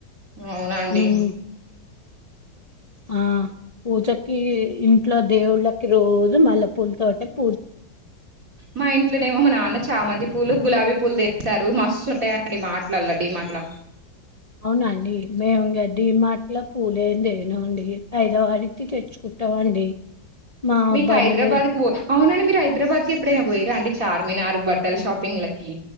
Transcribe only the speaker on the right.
అవునండి
మా ఇంట్లోనేమో మా నాన్న చామంతి పూలు గులాబీ పూలు తెస్తారు మస్తు ఉంటాయండి మాట్‌లల్ల డీమాటల
మీకు
హైదరాబాద్కి
పో అవునాని మీరు హైదరాబాద్కి ఎప్పు డైనా పోయిరా అండి చార్మినారు బట్టలు షాపింగ్ లకి